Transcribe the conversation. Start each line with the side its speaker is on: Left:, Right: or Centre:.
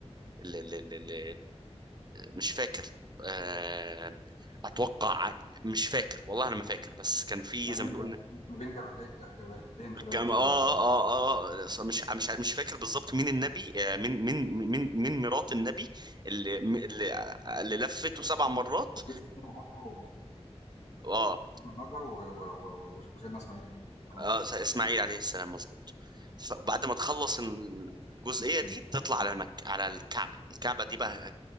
Right: اللي, اللي, اللي مش فاكر آه، اتوقع مش فاكر والله انا ما فاكر بس كان في
Left: ما بين
Right: زي ما تقول
Left: ج- ما بين جبلين ج- جبلين
Right: الجامعة
Left: كده الصفا
Right: آه
Left: والمروه
Right: آه
Left: اه
Right: آه مش مش مش فاكر بالظبط مين النبي آه، مين مين مين مين مرات النبي اللي اللي, اللي لفته سبع مرات
Left: لسه سنة هاجر و-
Right: آه
Left: سيدنا هاجر و- و- و- و- وسيدنا اسماعيل النبي. اه
Right: آه اسماعيل عليه السلام مظبوط فبعد ما تخلص الجزئية
Left: امم
Right: دي بتطلع على مك... على الكعبة الكعبة دي بقى